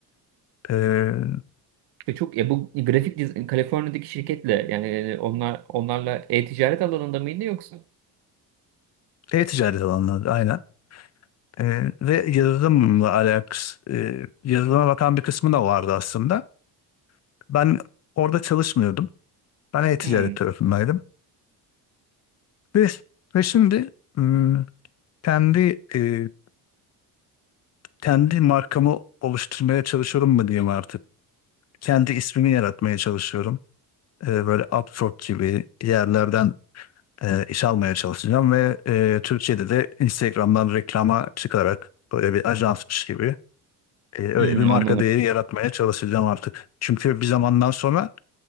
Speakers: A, on the left; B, on the right.
A: Ee,
B: Ve çok ya bu grafik diz- Kaliforniya'daki şirketle yani onlar onlarla e-ticaret alanında mıydı yoksa?
A: e-ticaret alanında aynen. Ee, ve yazılımla alakası, e, yazılıma bakan bir kısmı da vardı aslında. Ben orada çalışmıyordum. Ben e-ticaret
B: Hmm.
A: tarafındaydım. Ve, ve şimdi ım, kendi e, kendi markamı oluşturmaya çalışıyorum mu diyeyim artık. kendi ismimi yaratmaya çalışıyorum. Ee, böyle Upwork gibi yerlerden e, iş almaya çalışacağım ve e, Türkiye'de de Instagram'dan reklama çıkarak böyle bir ajansmış gibi e, öyle
B: Hmm,
A: bir marka
B: anladım.
A: değeri yaratmaya çalışacağım artık. Çünkü bir zamandan sonra